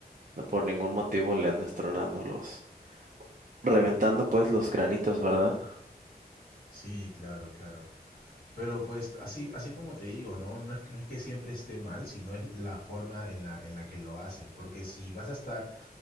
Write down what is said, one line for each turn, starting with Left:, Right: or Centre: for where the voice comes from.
Right: no por ningún motivo le andes tronando los, reventando pues los granitos, ¿verdad?
Left: Sí, claro, claro. Pero pues así, así como te digo, ¿no? No es, que- no es que siempre esté mal, sino es la forma en la, en la que lo hacen. Porque si vas a estar